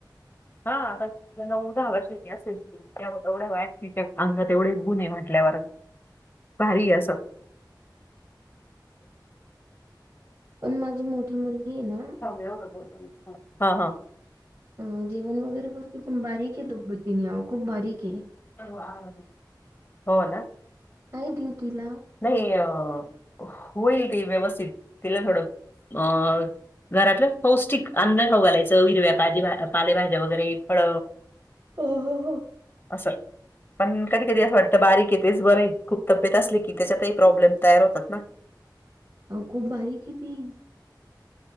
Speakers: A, on the left (about 30°); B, on the right (about 40°).
A: हं <unintelligible> दहा वर्षाची असेल, एवढ्या वायाट तिच्या अंगात एवढे गुण आहे म्हटल्यावर भारी अस
B: पण माझी मोठी मुलगी आहे ना
A: <unintelligible> हा हा
B: अ जेवण वगैरे करते पण बारीक आहे तब्यतीने आहो खूप बारीक आहे
A: <unintelligible> हो ना,
B: आई खिडकी लाव
A: नाही अ होईल ती व्यवस्थित तिला थोडं अ घरातलं पौष्टिक अन्न खाऊ घालायचं, हिरव्या ताजी भाजी पालेभाज्या वगैरे फळ
B: हो हो हो
A: असल पण कधी कधी असं वाटतं बारीक आहे तेच बरं आहे, खूप तब्येत असले की त्याच्यात ही प्रॉब्लेम तयार होतात ना.
B: अओ खूप बारीक हे ती,